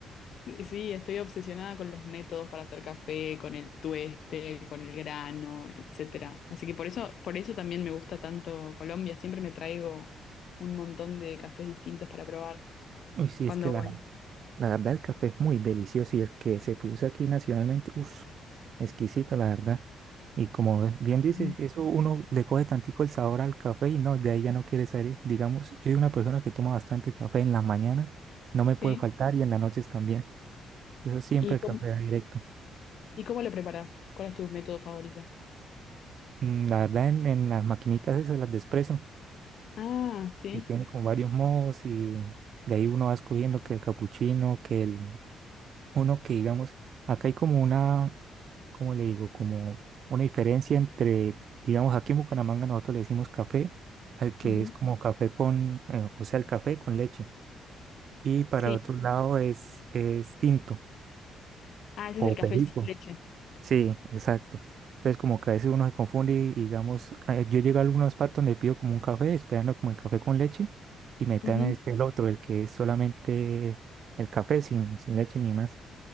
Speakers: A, on the left; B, on the right.
A: eh, sí, estoy obsesionada con los métodos para hacer café, con el tueste, con el grano, etcétera. Así que por eso, por eso también me gusta tanto Colombia, siempre me traigo un montón de cafés distintos para probar
B: Uy, sí,
A: cuando
B: es que la,
A: voy.
B: la verdad el café es muy delicioso y el que se produce aquí nacionalmente, uff, exquisito, la verdad. Y como ves- bien dices,
A: Ujú.
B: eso uno le coge tantico el sabor al café y no, de ahí ya no quiere salir. Digamos, yo soy una persona que toma bastante café en las mañanas, no me puede
A: Sí.
B: faltar y en las noches también. Eso siempre
A: ¿Y
B: el
A: cómo-
B: café directo.
A: ¿Y cómo lo preparas? ¿Cuál es tu método favorito?
B: Mm, La verdad, en, en las maquinitas esas, las de espresso,
A: Ah, sí.
B: que tienen con varios modos y de ahí uno va escogiendo que el capuchino, que el, uno que digamos, acá hay como una ¿cómo le digo? Como una diferencia entre, digamos, aquí en Bucaramanga nosotros le decimos café, al que
A: ujú,
B: es como café con, eh, o sea, el café con leche. Y para
A: Sí.
B: otro lado es, es tinto.
A: Ah, ese
B: O
A: es el café
B: perico.
A: sin leche.
B: Sí, exacto. Entonces como que a veces uno se confunde y digamos, eh, yo llego a algunos partos, le pido como un café, esperando como el café con leche, y me traen
A: Ujú,
B: es el otro, el que es solamente el café sin, sin leche ni más.